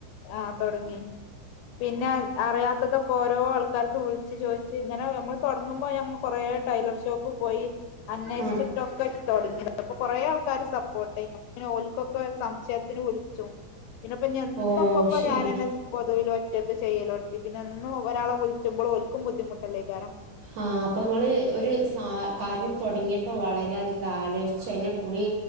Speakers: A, on the left; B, on the right.
A: ആ തൊട്ങ്ങി. പിന്നെ അ അറിയാത്തതൊക്കെ ഓരോ ആൾക്കാർക്ക് വ്ൾച്ച് ചോയ്ച്ച് ഇങ്ങനെ നമ്മള് തൊട്ങ്ങുമ്പോ ഞമ്മൾ കൊറേ ടൈലർ ഷോപ്പ്‌ പ്പോയീ അന്വേശിച്ച്ട്ടൊക്കെ
B: ഉം
A: തൊടങ്ങിയതാ അപ്പൊ കൊറേ ആൾക്കാര് സപ്പോർട്ടേന്നു അപ്പോത്തിന് ഓൽ കൊക്കെ സംശയത്തിന് വ്ൾച്ചും പിന്നെപ്പോ ഞ്ഞി <unintelligible>
B: ഓഹ് ശരി
A: ഞാനെന്നേ സ് പൊതുവിൽ ഒറ്റക്ക്‌ ചെയ്യലൊട്ത്തി പിന്നെ എന്നും ഒരാളെ വുൾച്ചുമ്പള് ഓൽക്കും ബുദ്ധിമുട്ടല്ലേക്കാരം
B: ആ അപ്പൊങ്ങള് ഒരു സ കാര്യം തൊട്ങ്ങിയപ്പോ വളരെ അധികം ആലോയ്ച്ച് അയ്നെ കൂടി